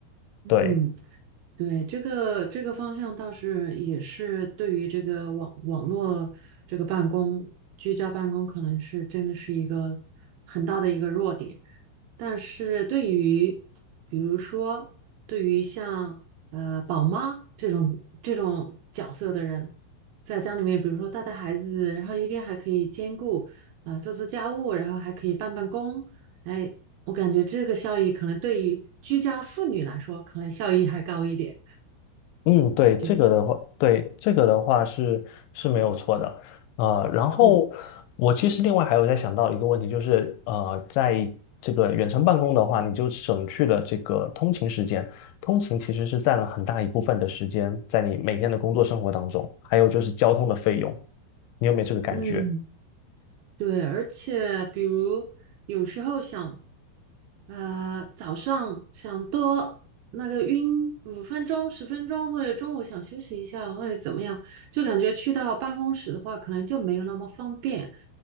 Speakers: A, on the right (about 80°); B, on the left (about 75°).
A: 嗯。
B: 对，
A: 对，这个这个方向倒是也是对于这个网网络这个办公、居家办公，可能是真的是一个很大的一个弱点。但是对于比如说对于像呃宝妈这种这种角色的人，在家里面，比如说带带孩子，然后一边还可以兼顾呃做做家务，然后还可以办办公，哎，我感觉这个效益可能对于居家妇女来说，可能效益还高一点。
B: 嗯，对，
A: 对，
B: 这个的话，对，这个的话是是没有错的，呃，然后
A: 嗯
B: 我其实另外还有在想到一个问题，就是呃，在这个远程办公的话，你就省去了这个通勤时间，通勤其实是占了很大一部分的时间在你每天的工作生活当中，还有就是交通的费用，你有没有这个感觉？
A: 嗯，对，而且比如有时候想，呃，早上想多那个晕五分钟、十分钟，或者中午想休息一下，或者怎么样，就感觉去到办公室的话，可能就没有那么方便。